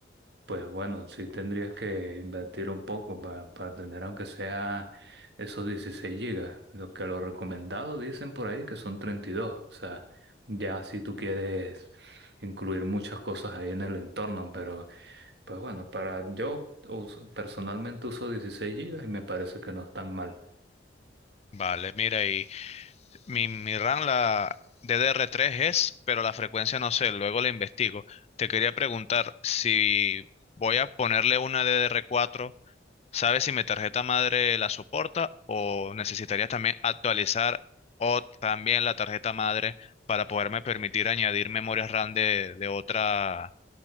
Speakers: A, on the right; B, on the left.
A: pues bueno, sí tendrías que invertir un poco para, para tener aunque sea esos 16 gigas. Lo que lo recomendado dicen por ahí que son 32. O sea, ya si tú quieres incluir muchas cosas ahí en el entorno, pero pues bueno, para yo uso- personalmente uso 16 gigas y me parece que no es tan mal.
B: Vale, mira, y Mi, mi RAM, la DDR3 es, pero la frecuencia no sé, luego la investigo. Te quería preguntar si voy a ponerle una DDR4, ¿sabes si mi tarjeta madre la soporta o necesitarías también actualizar o también la tarjeta madre para poderme permitir añadir memorias RAM de, de otra,